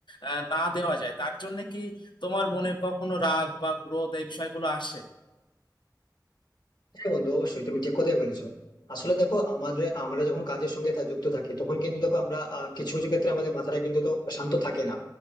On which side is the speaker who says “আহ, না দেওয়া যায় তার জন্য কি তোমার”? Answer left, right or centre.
Left